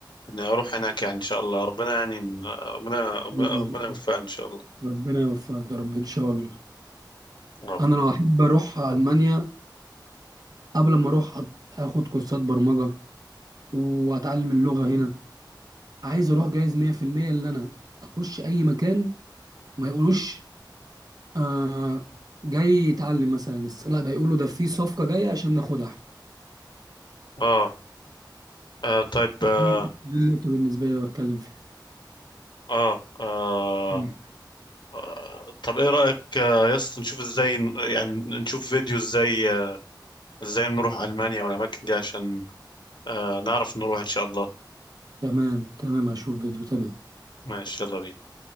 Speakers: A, on the left (about 70°); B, on the right (about 55°).
A: اني اروح هناك يعني ان شاء الله ربنا يعني ربنا ربنا
B: الله.
A: ربنا يوفقنا ان شاء الله
B: ربنا يوفقك يا رب ان شاء الله
A: نعم.
B: انا لو احب اروح المانيا قبل ما اروح أت- اخد كورسات برمجه واتعلم اللغه هنا عايز اروح جاهز 100% ان انا اخش اي مكان ما يقولوش آه جاي يتعلم مثلا لسه لا ده يقولوا ده في صفقة جاية عشان ناخدها احنا
A: آه. آه طيب آه.
B: دي دي النقطة بالنسبة لي اللي بتكلم فيها
A: آه. آه.
B: مم.
A: آه. طب إيه رأيك آه، يا اسطى نشوف إزاي ن- يعني نشوف فيديو إزاي آه، إزاي نروح ألمانيا والأماكن دي عشان آه نعرف نروح إن شاء الله
B: تمام تمام هشوف فيديو تمام
A: ماشي يلا بينا